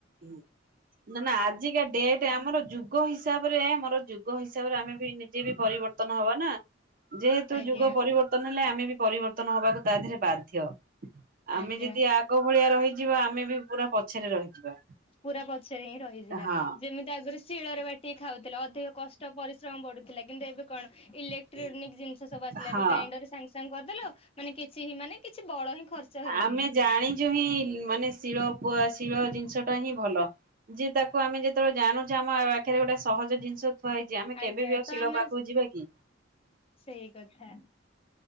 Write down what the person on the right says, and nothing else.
ହଁ ନା ନା ଆଜିକା ଡେଟ୍ ଆମର ଯୁ ଯୁଗ ହିସାବରେ ଆମର ଯୁଗ ହିସାବରେ ଆମେ ବି ନିଜେ ବି ପରିବର୍ତ୍ତନ ହବା ନା। ଯେହେତୁ
ଯୁଗ ପରିବର୍ତ୍ତନ ହେଲେ ଆମେ ବି ପରିବର୍ତ୍ତନ ହବାକୁ ତା ଦେହରେ ବାଧ୍ୟ। ଆମେ
ଯଦି ଆଗ ଭଳିଆ ରହିଯିବା ଆମେ ବି ପୁରା ପଛରେ ରହିଯିବା।
ହଁ
ହଁ
ହଁ
ଆମେ ଜାଣିଛୁ ହିଁ ମାନେ ଶିଳ ପ ଶିଳ ଜିନିଷ ଟା ହିଁ ଭଲ। ଯେ ତାକୁ ଆମେ ଯେତେବେଳେ ଜାଣୁଛେ ଆମ ଆଖରେ ଗୋଟେ ସହଜ ଜିନିଷ ଥୁଆ ହେଇଛି ଆମେ
କେବେ ବି ଆଉ
ଶିଳ
ପାଖକୁ ଯିବା କି?